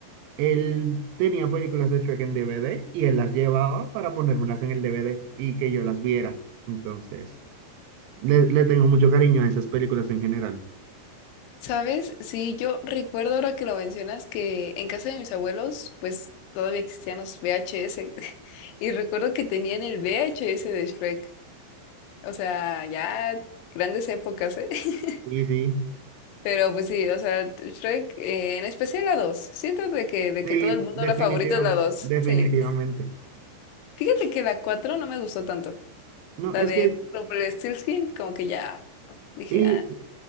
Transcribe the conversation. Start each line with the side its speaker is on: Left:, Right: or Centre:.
Right: Él tenía películas de Shrek en DVD y él las llevaba para ponérmelas en el DVD y que yo las viera. Entonces, le, le tengo mucho cariño a esas películas en general.
Left: ¿Sabes? Sí, yo recuerdo ahora que lo mencionas que en casa de mis abuelos, pues todavía existían los VHS. <laughs> Y recuerdo que tenían el VHS de Shrek. O sea, ya grandes épocas, ¿eh? <laughs>
Right: Sí, sí,
Left: Pero pues sí, o sea, Shrek, eh, en especial la dos, Siento de que, de
Right: sí,
Left: que todo el mundo
Right: definitiva,
Left: la favorita es la dos,
Right: definitivamente.
Left: Sí. Fíjate que la 4 no me gustó tanto.
Right: No,
Left: La
Right: es
Left: de
Right: que,
Left: Rumpelstiltskin, como que ya dije,
Right: y,